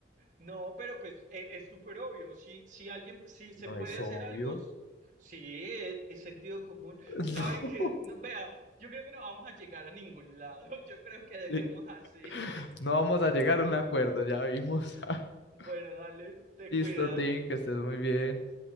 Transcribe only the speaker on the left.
No
es obvio.
<laughs>
No, sí,
no vamos a llegar a un acuerdo, ya vimos. <laughs>
Listo,
Tim, que estés muy bien.